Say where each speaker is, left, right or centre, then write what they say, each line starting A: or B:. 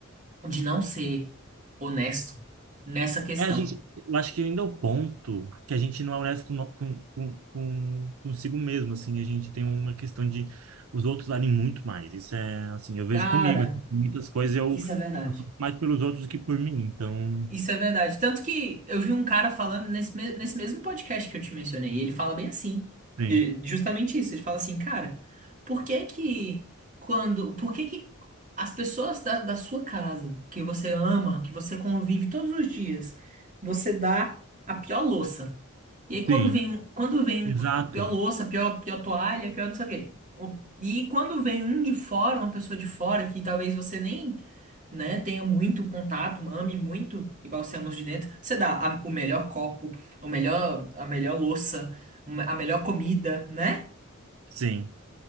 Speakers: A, on the right; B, on the right.
A: de não ser honesto nessa questão.
B: É, a gente. Eu acho que ainda é o ponto que a gente não é honesto com, com, com, com- consigo mesmo, assim. A gente tem uma questão de. Os outros valem muito mais. Isso é, assim, eu vejo
A: Cara,
B: comigo. assim, muitas coisas eu.
A: isso é verdade.
B: eu faço Mais pelos outros do que por mim. Então,
A: Isso é verdade. Tanto que eu vi um cara falando nesse, me- nesse mesmo podcast que eu te mencionei, e ele fala bem assim.
B: sim.
A: E justamente isso, ele fala assim, cara, por que que quando, por que que as pessoas da, da sua casa, que você ama, que você convive todos os dias, você dá a pior louça? E aí quando
B: Sim,
A: vem, um- quando vem
B: exato.
A: um- a pior louça, a pior, pior toalha, a pior não sei o quê. O- E quando vem um de fora, uma pessoa de fora, que talvez você nem né? Tenha muito contato, ame muito, igual você ama os de dentro. Você dá a- o melhor copo, o melhor, a melhor louça, a melhor comida, né?
B: Sim.